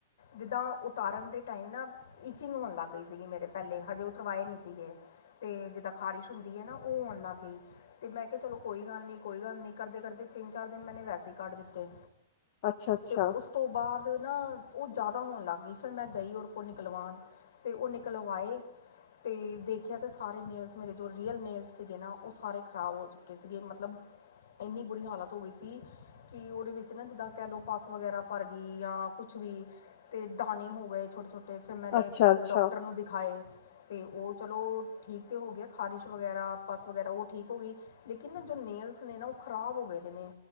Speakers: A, on the left; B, on the left.
A: ਜਿੱਦਾਂ ਉਤਾਰਨ ਦੇ ਟਾਈਮ ਨਾ ਈਚਿੰਗ ਹੋਣ ਲੱਗ ਗਈ ਸੀਗੀ ਮੇਰੇ ਪੈਲੇ ਹਜੇ ਉਤਰਵਾਏ ਨੀ ਸੀਗੇ। ਤੇ ਜਿੱਦਾਂ ਖ਼ਾਰਿਸ਼ ਹੁੰਦੀ ਐ ਨਾ ਓ ਹੋਣ ਲੱਗ ਗਈ। ਤੇ ਮੈਂ ਕਿਆ ਚਲੋ ਕੋਈ ਗੱਲ ਨੀ ਕੋਈ ਗੱਲ ਨੀ ਕਰਦੇ-ਕਰਦੇ ਤਿੰਨ ਦਿਨ ਮੈਨੇ ਵੈਸੇ ਈ ਕੱਢ ਦਿੱਤੇ।
B: ਅੱਛਾ ਅੱਛਾ
A: ਤੇ ਉਸ ਤੋਂ ਬਾਦ ਨਾ ਓ ਜਾਦਾ ਹੋਣ ਲੱਗ ਗਈ ਫਿਰ ਮੈਂ ਗਈ ਓਰ ਕੋਲ ਨਿਕਲਵਾਣ ਤੇ ਓ ਨਿਕਲਵਾਏ ਤੇ ਦੇਖਿਆ ਤਾਂ ਸਾਰੇ ਨੇਲਸ ਮੇਰੇ ਜੋ ਰੀਅਲ ਨੇਲਸ ਸੀਗੇ ਨਾ ਓ ਸਾਰੇ ਖ਼ਰਾਬ ਹੋ ਚੁੱਕੇ ਸੀਗੇ ਮਤਲਬ ਏਨੀ ਬੁਰੀ ਹਾਲਤ ਹੋਗੀ ਸੀ ਕੀ ਉਦੇ ਵਿੱਚ ਨਾ ਜਿੱਦਾਂ ਕੈ ਲੋ ਪੱਸ ਵਗੈਰਾ ਭਰ ਗੀ ਯਾਂ ਕੁ ਛ ਵੀ ਅਤੇ ਦਾਣੇ ਹੋ ਗਏ ਛੋਟੇ-ਛੋਟੇ ਫਿਰ ਮੈਨੇ
B: ਅੱਛਾ ਅੱਛਾ
A: ਡਾਕਟਰ ਨੂੰ ਦਿਖਾਏ ਤੇ ਓ ਚਲੋ ਠੀਕ ਤਾਂ ਹੋ ਗਿਆ ਖਾਰਿਸ਼ ਵਗੈਰਾ ਪਸ ਵਗੈਰਾ ਓ ਠੀਕ ਹੋਗੀ ਲੇਕਿਨ ਜੋ ਨੇਲਸ ਨੇ ਨਾ ਓ ਖ਼ਰਾਬ ਹੋ ਗਏ ਦੇ ਨੇ